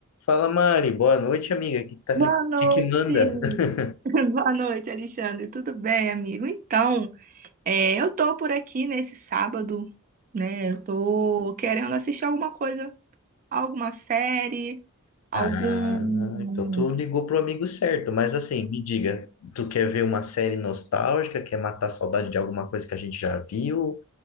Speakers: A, on the left; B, on the right.
A: Fala, Mari. Boa noite, amiga. O que, que tá-
B: Boa noite.
A: que que manda? <laughs>
B: <laughs> Boa noite, Alexandre. Tudo bem, amigo? Então, é, eu tô por aqui nesse sábado, né? Eu tô querendo assistir alguma coisa, alguma série, algum.
A: Ah, então tu ligou pro amigo certo. Mas assim, me diga, tu quer ver uma série nostálgica? Quer matar a saudade de alguma coisa que a gente já viu?